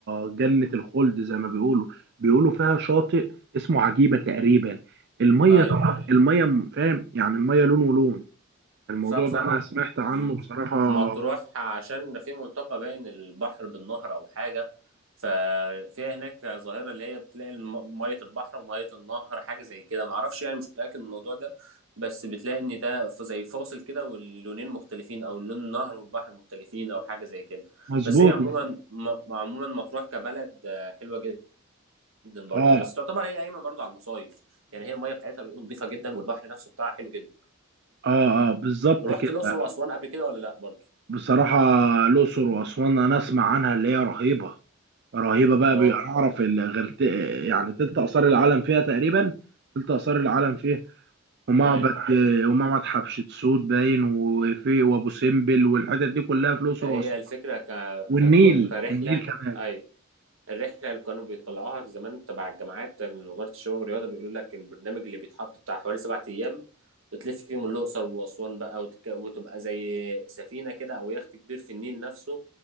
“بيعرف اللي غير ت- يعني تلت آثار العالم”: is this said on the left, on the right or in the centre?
Right